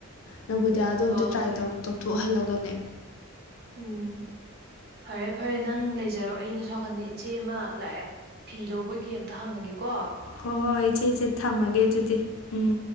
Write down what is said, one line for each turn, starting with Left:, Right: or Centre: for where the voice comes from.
Left: ꯅꯕꯣꯗꯤꯌꯥꯗꯣ ꯑꯝꯇ
Right: ꯍꯣꯏ
Left: ꯇ꯭ꯔꯥꯏ
Right: ꯍꯣꯏ
Left: ꯇꯧ ꯇꯧꯊꯣꯛꯍꯜꯂꯒꯅꯦ
Right: ꯎꯝ ꯐꯔꯦ ꯐꯔꯦ ꯅꯪ ꯂꯩꯖꯔꯣ ꯑꯩꯅꯦ ꯁꯣ ꯅꯥꯀꯟꯗ ꯏꯠ ꯆꯦ ꯑꯃ ꯂꯥꯛꯑꯦ ꯐꯤ ꯂꯧꯕꯒꯤ ꯑꯝꯇ ꯍꯪꯅꯒꯦꯀꯣ꯫
Left: ꯍꯣ ꯍꯣꯏ ꯏꯆꯦ ꯏꯆꯦ ꯊꯝꯃꯒꯦ ꯑꯗꯨꯗꯤ ꯎꯝ꯫